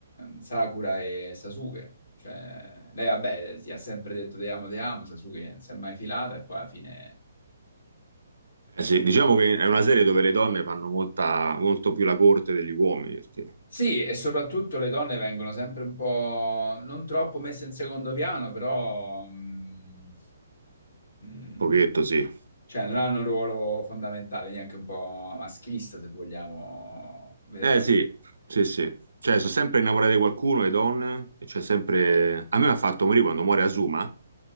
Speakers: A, on the left; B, on the right.
A: eh, Sakura e Sasuke. Cioè, lei vabbè, si ha sempre detto ti amo, ti amo, Sasuke non si è mai filata e poi alla fine
B: Eh sì, diciamo che è una serie dove le donne fanno molta, molto più la corte degli uomini, perché un
A: Sì, e soprattutto le donne vengono sempre un po' non troppo messe in secondo piano, però mm, mm,
B: pochetto sì.
A: cioè non hanno un ruolo fondamentale, neanche un po' maschilista, se vogliamo vederla.
B: Eh sì, sì, sì. Cioè, sono sempre innamorate di qualcuno, le donne, e c'è sempre... A me mi ha fatto morire quando muore Asuma,